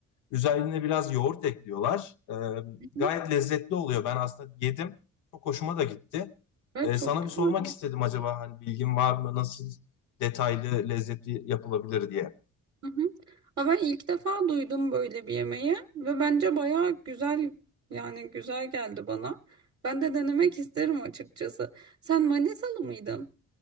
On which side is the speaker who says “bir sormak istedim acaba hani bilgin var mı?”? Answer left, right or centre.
Left